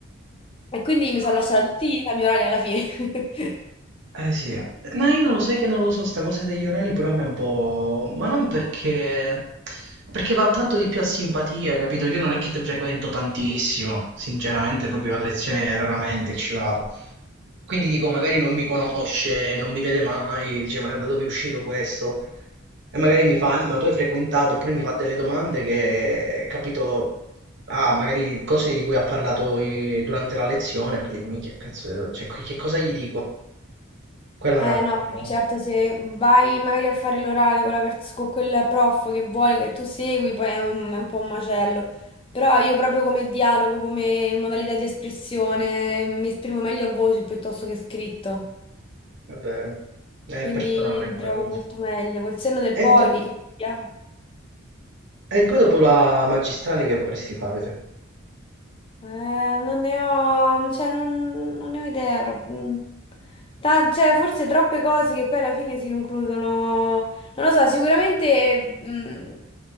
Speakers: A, on the left; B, on the right.
A: E quindi mi
B: Ma
A: sono lasciata tutti gli esami orali alla fine. <laughs>
B: Eh sì, ma io non lo sai che non lo so, sta cosa degli orali pure a me è un po'... ma non perché... perché va tanto di più a simpatia, capito? Io non è che te frequento tantissimo, sinceramente proprio a lezione raramente ci vado. Quindi dico, magari non mi conosce, non mi vede mai, dice, ma da dove è uscito questo? E magari mi fa, "Eh, ma tu hai frequentato, oppure mi fa delle domande che, capito, ah, magari cose di cui ha parlato eh, durante la lezione, e poi dico, minchia, cazzo, cioè, che cosa gli dico? Quella
A: Eh
B: è un'altra
A: no, vabbè,
B: un po',
A: certo, se vai magari a fare l'orale con, la pers- con quel prof che vuole che tu segui, poi è un, è un po' un macello. Però io proprio come dialogo, come modalità di espressione, mi esprimo meglio a voce piuttosto che scritto.
B: è vero, è
A: quindi
B: personale
A: li
B: come
A: trovo
B: cosa.
A: molto meglio. Col senno del poi,
B: E, dopo-
A: che sia.
B: e poi dopo la magistrale che vorresti fare te?
A: Eh, non ne ho, cioè, non, non ne ho idea proprio. Ta- cioè, forse troppe cose che poi alla fine si concludono. Non lo so, sicuramente mm,